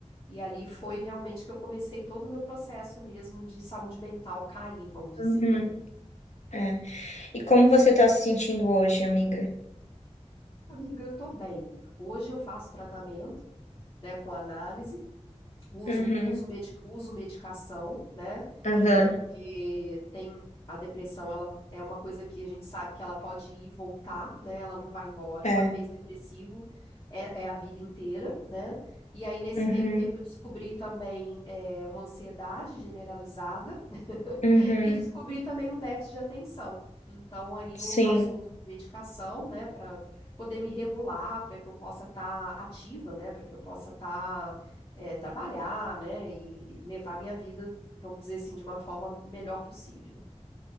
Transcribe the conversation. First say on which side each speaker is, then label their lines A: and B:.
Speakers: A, on the left (about 25°); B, on the left (about 70°).
A: E ali foi realmente que eu comecei todo o meu processo mesmo de saúde mental cair, vamos dizer,
B: Uhum,
A: né?
B: é. E como você tá se sentindo hoje, amiga?
A: Amiga, eu tô bem. Hoje eu faço tratamento, né, com análise, uso,
B: Uhum,
A: uso, medi- uso medicação, né?
B: aham,
A: É porque tem a depressão, ela é uma coisa que a gente sabe que ela pode ir e voltar, né? Ela não vai embora.
B: é.
A: Uma vez depressivo, é, é a vida inteira, né? E aí, nesse
B: Uhum,
A: meio tempo, eu descobri também é, uma ansiedade generalizada <laughs>
B: uhum,
A: e descobri também um déficit de atenção. Então, aí
B: sim.
A: eu faço uso de medicação, né, para poder me regular, para que eu possa estar ativa, né, para que eu possa estar é, trabalhar, né, e, e levar minha vida, vamos dizer assim, de uma forma melhor possível.